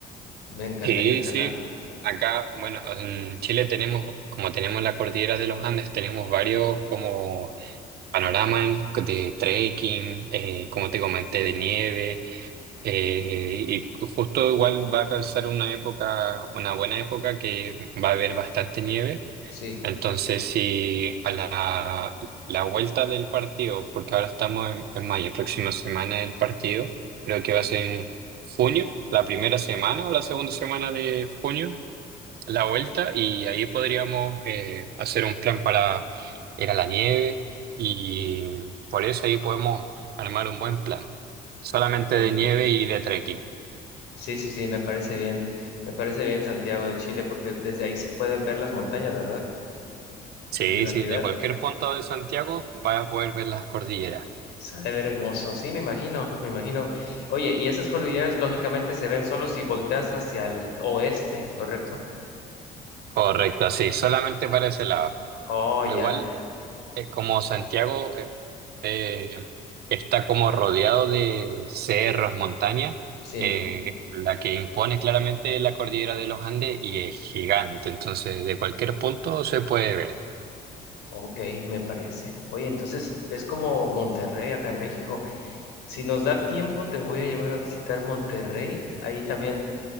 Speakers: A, on the left (about 85°); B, on the right (about 70°).
A: Me encantaría
B: Sí,
A: escalar,
B: sí. Acá, bueno, en Chile tenemos, como tenemos la cordillera de los Andes, tenemos varios como panoramas de trekking, eh, como te comenté, de nieve, eh, y justo igual va a calzar una época, una buena época que va a haber bastante nieve.
A: sí.
B: Entonces, si a la, la vuelta del partido, porque ahora estamos en, en mayo, próxima semana el partido, creo que va a ser en junio, la primera semana o la segunda semana de junio, la vuelta, y ahí podríamos eh, hacer un plan para ir a la nieve, y por eso ahí podemos armar un buen plan, solamente
A: Ok.
B: de nieve y de trekking.
A: Sí, sí, sí, me parece bien. Me parece bien Santiago de Chile porque desde ahí se pueden ver las montañas, ¿verdad?
B: Sí,
A: Desde la
B: sí,
A: ciudad.
B: de cualquier punto de Santiago vas a poder ver las cordilleras.
A: Se ha de ver hermoso, sí, me imagino, me imagino. Oye, y esas cordilleras lógicamente se ven solo si volteas hacia el oeste, ¿correcto?
B: Correcto, sí, solamente para ese lado.
A: Oh,
B: Pero
A: ya,
B: igual, eh, como Santiago eh, eh, está como rodeado de cerros, montañas,
A: sí,
B: eh, la que impone claramente es la cordillera de los Andes y es gigante, entonces de cualquier punto se puede ver.
A: ok, me parece. Oye, entonces es como Monterrey acá en México. Si nos da tiempo, te voy a llevar a visitar Monterrey, ahí también,